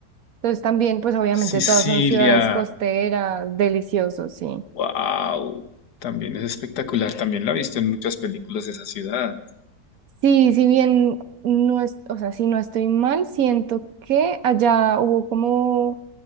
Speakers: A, on the right (about 60°); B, on the left (about 65°).
A: Entonces también, pues obviamente
B: Sicilia.
A: todas son ciudades costeras, deliciosos, sí.
B: Wow. También es espectacular. También la he visto en muchas películas de esa ciudad.
A: Sí, si bien no es, o sea, si no estoy mal, siento que allá hubo como